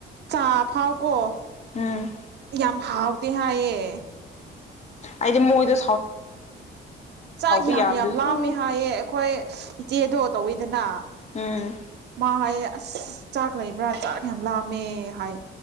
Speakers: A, on the right; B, on the left.
A: ꯆꯥ ꯐꯥꯎꯀꯣ
B: ꯎꯝ
A: ꯌꯥꯝ ꯍꯥꯎꯇꯦ ꯍꯥꯏꯌꯦ
B: ꯑꯩꯗꯤ ꯃꯨꯗ
A: ꯆꯥꯛ ꯌꯥꯝ
B: ꯌꯥꯕꯗꯨꯁꯨ
A: ꯌꯥꯝ ꯂꯥꯝꯃꯦ ꯍꯥꯏꯌꯦ ꯑꯩꯈꯣꯏ ꯏꯆꯦꯗꯣ ꯇꯧꯋꯤꯗꯅ
B: ꯎꯝ
A: ꯃꯥ ꯍꯥꯏꯌꯦ ꯑꯁ ꯆꯥꯛ ꯂꯩꯕ꯭ꯔꯥ ꯆꯥꯛ ꯌꯥꯝ ꯂꯥꯝꯃꯦ ꯍꯥꯏ